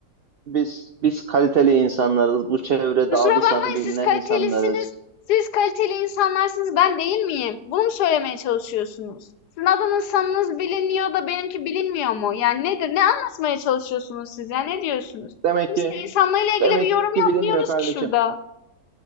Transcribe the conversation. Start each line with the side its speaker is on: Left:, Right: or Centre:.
Right: biz biz kaliteli insanlarız. Bu çevrede
Left: Kusura
Right: adı
Left: bakmayın
Right: sanı bilinen
Left: siz kalitelisiniz.
Right: insanlarız.
Left: Siz kaliteli insanlarsınız ben değil miyim? Bunu mu söylemeye çalışıyorsunuz? Sizin adınız biliniyor da benimki bilinmiyor mu? Yani nedir? Ne anlatmaya çalışıyorsunuz siz ya? Ne diyorsunuz?
Right: Demek
Left: Kimse
Right: ki
Left: insanlarla ilgili
Right: demek
Left: bir yorum
Right: ki
Left: yapmıyoruz
Right: bilinmiyor kardeşim.
Left: ki şurada.